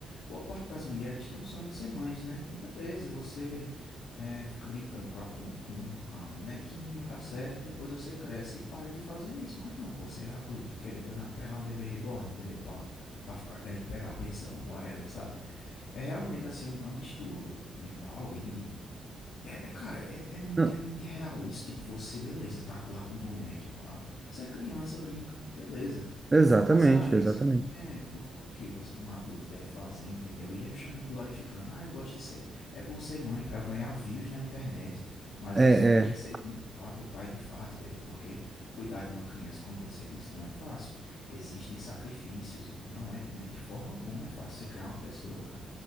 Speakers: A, on the left; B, on the right.
A: boa parte das mulheres tem o sonho de ser mães, né? E beleza, você é, fica brincando com a, com, com a bonequinha, tá certo, depois você cresce e para de fazer isso. Mas não, pô, você é adulto, querer danado pegar um bebê reborn, entendeu? Pra, pra ficar querendo pegar a pensão, whatever, sabe? É realmente assim, é um, é um distúrbio mental e é, é, cara, é, é muito,
B: Não,
A: é muito real isso. Tipo, você, beleza, tá lá com o boneco, e pá. Você é criança, brinca, beleza.
B: exatamente,
A: Mas, cara, isso
B: exatamente.
A: é, não é algo que você- um adulto deve fazer, entendeu? E é justamente glorificando. Ah, eu gosto de ser. É bom ser mãe pra ganhar views na internet. Mas
B: É,
A: você não quer
B: é,
A: ser mãe de fato ou pai de fato, entendeu? Porque cuidar de uma criança, como você disse, não é fácil. Existem sacrifícios. Não é, né, de forma alguma é fácil você criar uma pessoa, cara.